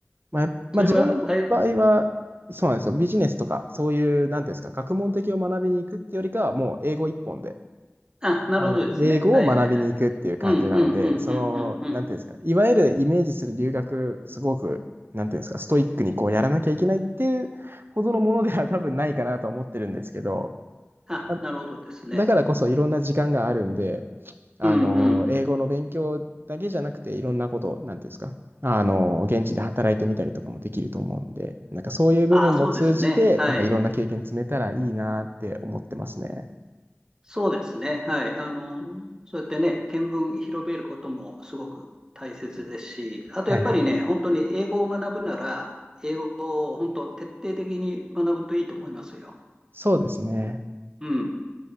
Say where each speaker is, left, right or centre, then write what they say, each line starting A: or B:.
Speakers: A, on the right (about 55°); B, on the right (about 15°).
A: まあ、まあ、
B: それは、
A: 自分の場合は、
B: あれ
A: そうなんですよ。ビジネスとか、そういう、なんていうんですか、学問的を学びに行くってよりかは、もう英語一本で、
B: あ、なるほどですね。
A: あの、英語を学びに行くっていう感じなので、
B: はいはいはい。うん、うん、うん、
A: その、
B: うん、うん、うん。
A: なんていうんですか、いわゆるイメージする留学、すごく、なんていうんですか、ストイックにこうやらなきゃいけないっていうほどのものでは多分ないかなと思ってるんですけど、
B: あ、
A: まあ、
B: なるほどですね。
A: だからこそいろんな時間があるんで、あの、
B: うん、うん。
A: 英語の勉強だけじゃなくて、いろんなこと、なんていうんですか、あの、現地で働いてみたりとかもできると思うんで、なんかそういう部分も通じて、
B: あ、そうですね。はい。
A: なんかいろんな経験積めたらいいなって思ってますね。
B: そうですね。はい。あの、そうやってね、見聞広めることもすごく大切ですし、あとやっぱりね、
A: はいはい。
B: 本当に英語を学ぶなら、英語を本当徹底的に学ぶといいと思いますよ。
A: そうですね。
B: うん。